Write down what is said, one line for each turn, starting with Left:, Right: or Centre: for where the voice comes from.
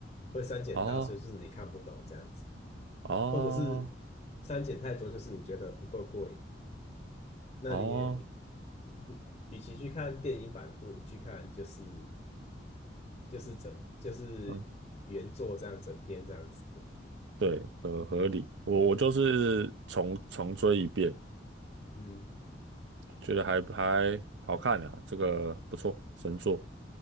Left: 会删减到就是你看不懂这样子，
Right: 哦哦
Left: 或者是删减太多，就是你觉得不够过瘾。那你也你
Right: 哦，
Left: 不，与其去看电影版，不如去看就是就是整就是原作这样整篇这样子。
Right: 嗯，对，合合理。我我就是重重追一遍，
Left: 嗯，
Right: 觉得还还好看啊，这个不错，神作。